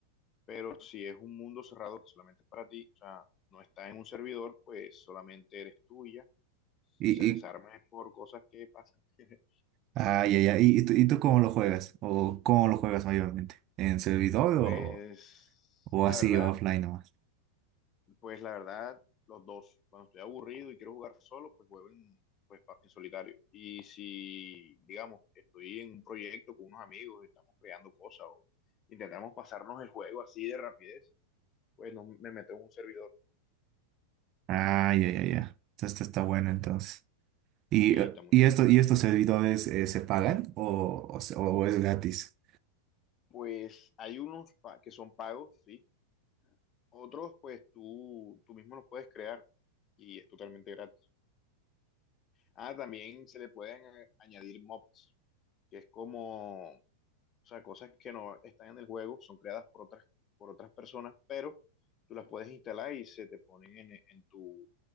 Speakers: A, on the left (about 30°); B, on the right (about 35°).
A: Pero si es un mundo cerrado que solamente es para ti, o sea, no está en un servidor, pues solamente eres tuya. Si
B: ¿Y,
A: se desarma es por cosas que pasan. <laughs>
B: Ah, ya, ya. ¿Y, y tú, y tú cómo lo juegas? ¿O cómo lo juegas mayormente? ¿En servidor
A: Pues
B: o, o
A: la
B: así,
A: verdad,
B: o offline nomás?
A: pues la verdad, los dos. Cuando estoy aburrido y quiero jugar solo, pues juego en, pues, pa- en solitario. Y si, digamos, estoy en un proyecto con unos amigos y estamos creando cosas o intentamos pasarnos el juego así de rapidez, pues no, me meto en un servidor.
B: Ah, ya, ya, ya. Esto está bueno entonces. ¿Y,
A: Sí,
B: eh,
A: está muy
B: y,
A: bueno.
B: esto, y estos servidores eh, se pagan o, o, se- o es gratis?
A: Pues hay unos pa- que son pagos, sí. Otros, pues tú, tú mismo los puedes crear y es totalmente gratis. Ah, también se le pueden eh, añadir mobs, que es como O sea, cosas que no están en el juego, son creadas por otras, por otras personas, pero tú las puedes instalar y se te ponen en, en tu,